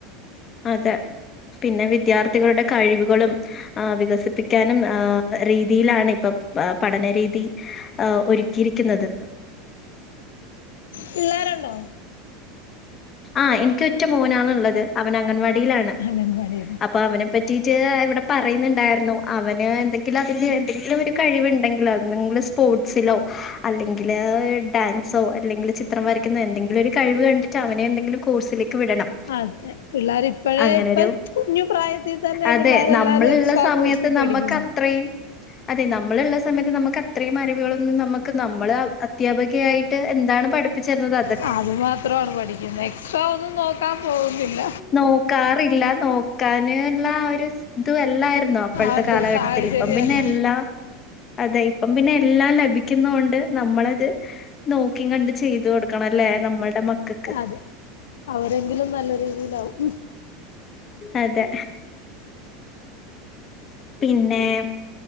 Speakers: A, on the left; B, on the left.
A: അതെ പിന്നെ വിദ്യാർത്ഥികളുടെ കഴിവുകളും ആ വികസിപ്പിക്കാനും ആ രീതിയിലാണ് ഇപ്പ പഠനരീതി ആ ഒരുക്കിയിരിക്കുന്നത്
B: പിള്ളാരൊണ്ടോ
A: ആ എനിക്ക് ഒറ്റ മോനാണിള്ളത് അവൻ അംഗൻവാടിലാണ്
B: അംഗൻവാടിയിന്ന്
A: അപ്പ അവനെ പറ്റീട്ട് ഇവിടെ പറയുന്നുണ്ടായിരുന്നു അവന് എന്തെങ്കിലും അതിന് എന്തെങ്കിലും ഒരു കഴിവുണ്ടെങ്കിൽ അതി സ്പോർട്സിലോ അല്ലെങ്കിലെ ഡാൻസോ അല്ലെങ്കിൽ ചെ ത്ത്രം വരയ്ക്കുന്ന എന്തെങ്കിലും ഒരു കഴിവു കണ്ടി്ട്ടെ അവനെ എന്തങ്കിലും കോഴ്സിലേ ക്ക് വിടണം
B: അതെ പിള്ളേർ ഇപ്പോഴേ
A: അങ്ങനൊരു
B: ഇപ്പൊ കുഞ്ഞു പ്രായത്തിൽ തന്നെ
A: അതെ
B: പിള്ളേരെല്ലാരും
A: നമ്മള്ള്ള
B: എക്സ്ട്രാ
A: സമയത്ത്
B: കോഴ്സിൽ
A: നമ്മക്കത്രേം
B: പഠിക്കുന്നുണ്ട്
A: അതെ നമ്മളിള്ള സമയത്ത് നമുക്കത്രയും അറിവുകളൊന്നും നമുക്ക് നമ്മൾ അധ്യാപകയായിട്ട് എന്താണ് പഠിപ്പി പഠിപ്പിച്ചേരുന്നത് അതാ
B: ആ അതു മാത്രാണ് പഠിക്കുന്നത് എക്സ്ട്രാ ഒന്നും നോക്കാൻ പോകുന്നില്ല
A: നോക്കാറില്ല നോക്കാന് ഉള്ളആ ഒരു സ ഇതും എല്ലായിരുന്നോ അപ്പഴത്തെ
B: അതെ
A: കാലഘട്ടത്തിൽ
B: സാഹചര്യമല്ല
A: ഇപ്പം പിന്നെ എല്ലാം അതെ ഇപ്പം പിന്നെ എല്ലാം ലഭിക്കുന്നോണ്ട് നമ്മളത് നോക്കീം കണ്ടും ചെയ്തു കൊടുക്കണല്ലേ നമ്മടെ മക്കക്ക്
B: അതെ അവരെങ്കിലും നല്ല രീതിയിലാവും
A: അതെ പിന്നെ